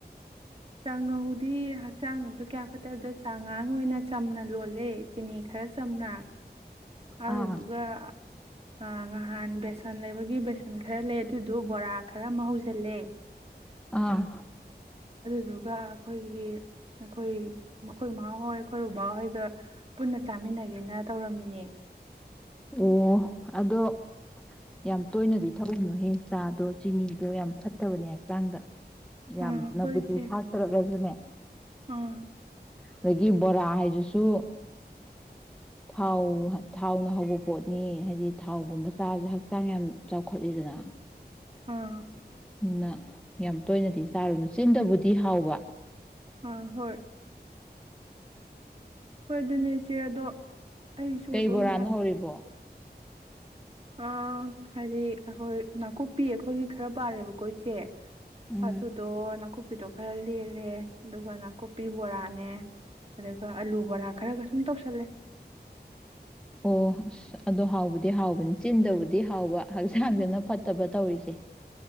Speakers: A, on the right; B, in the centre.
A: ꯆꯉꯧꯗꯤ ꯍꯛꯆꯥꯡꯗꯁꯨ ꯀꯌꯥ ꯐꯠꯇꯕꯗ ꯆꯥꯉꯥꯡ ꯑꯣꯏꯅ ꯆꯝꯅ ꯂꯣꯜꯂꯦ ꯆꯤꯅꯤ ꯈꯔ ꯆꯝꯅ ꯑꯗꯨꯗꯨꯒ
B: ꯑꯥ
A: ꯑ ꯉꯍꯥꯟ ꯕꯦꯁꯟ ꯂꯩꯕꯒꯤ ꯕꯦꯁꯟ ꯈꯔ ꯂꯩ ꯑꯗꯨꯗ ꯕꯣꯔꯥ ꯈꯔ ꯃꯍꯧꯖꯤꯜꯂꯦ
B: ꯑꯥ
A: ꯑꯗꯨꯒ ꯑꯩꯈꯣꯏꯒꯤ ꯑꯩꯈꯣꯏ ꯑꯩꯈꯣꯏ ꯏꯃꯥꯍꯣꯏ ꯑꯩꯈꯣꯏ ꯕꯕꯥꯍꯣꯏꯒ ꯄꯨꯟꯅ ꯆꯥꯃꯤꯟꯅꯒꯦꯅ ꯇꯧꯔꯝꯃꯤꯅꯦ
B: ꯑꯣ ꯑꯗꯣ ꯌꯥꯝ ꯇꯣꯏꯅꯗꯤ ꯊꯧꯕꯅꯨ ꯍꯌꯦ ꯆꯥꯗꯣ ꯆꯤꯅꯤꯗꯣ ꯌꯥꯝ ꯐꯠꯇꯕꯅꯦ ꯍꯛꯆꯥꯡꯗ ꯌꯥꯝ
A: ꯑꯥ
B: ꯅꯕꯨꯇꯨ
A: ꯍꯣꯏ ꯏꯆꯦ
B: ꯊꯥꯛꯇꯔꯛꯂꯁꯨꯅꯦ
A: ꯑꯥ
B: ꯑꯗꯒꯤ ꯕꯣꯔꯥ ꯍꯥꯏꯁꯤꯁꯨ ꯊꯥꯎ ꯊꯥꯎꯅ ꯍꯧꯕ ꯄꯣꯠꯅꯤ ꯍꯥꯏꯗꯤ ꯊꯥꯎꯒꯨꯝꯕ ꯆꯥꯕꯁꯦ ꯍꯛꯆꯥꯡ ꯌꯥꯝ ꯆꯥꯎꯈꯠꯂꯤꯗꯅ
A: ꯑꯥ
B: ꯅ ꯌꯥꯝ ꯇꯣꯏꯅꯗꯤ ꯆꯥꯔꯨꯅꯨ ꯆꯤꯟꯗꯕꯨꯗꯤ ꯍꯥꯎꯕ
A: ꯑ ꯍꯣꯏ ꯍꯣꯏ ꯑꯗꯨꯅꯦ ꯏꯆꯦ ꯑꯗꯣ ꯑꯩꯁꯨ
B: ꯀꯩ
A: ꯑꯗꯨꯝ
B: ꯕꯣꯔꯥꯅ ꯍꯧꯔꯤꯕꯣ
A: ꯑ ꯍꯥꯏꯗꯤ ꯑꯩꯈꯣꯏ ꯅꯥꯀꯨꯞꯄꯤ ꯑꯩꯈꯣꯏꯒꯤ ꯈꯔ ꯄꯥꯜꯂꯦꯕꯀꯣ ꯏꯆꯦ
B: ꯎꯝ
A: ꯑꯗꯨꯗꯣ ꯅ ꯨꯞꯄꯤꯗꯣ ꯈꯔ ꯂꯦꯜꯂꯦ ꯑꯗꯨꯒ ꯅꯥꯀꯨꯞꯄꯤ ꯕꯣꯔꯥꯅꯦ ꯑꯗꯨꯒ ꯑꯂꯨ ꯕꯣꯔꯥ ꯈꯔꯒ ꯁꯨꯝ ꯇꯧꯁꯜꯂꯦ
B: ꯑꯣ ꯑꯁ ꯑꯗꯣ ꯍꯥꯎꯕꯗꯤ ꯍꯥꯎꯕꯅꯤ ꯆꯤꯟꯗꯕꯨꯗꯤ ꯍꯥꯎꯕ ꯍꯛꯆꯥꯡꯗꯅ ꯐꯠꯇꯕ ꯇꯧꯔꯤꯁꯦ